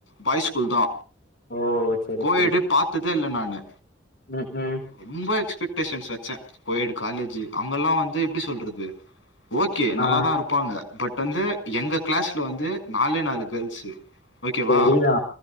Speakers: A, on the left; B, on the left.
A: பாய் ஸ்கூல் தா
B: ஓ செரி
A: கோயட்டு
B: செரி
A: பாத்ததே இல்ல நானு
B: ம் ம்
A: ரொம்ப எக்ஸ்ப்படேஷன்ஸ் வெச்சே கோயட்டு காலேஜ்ஜு அங்கல்லா வந்து எப்டி சொல்றது ஓகே நல்லா
B: ஆ
A: தா இருப்பாங்க பட் வந்து எங்க கிளாஸ்ல வந்து நாலே நாலு கேர்ல்ஸ்ஸு ஓகே
B: செரிதா
A: வா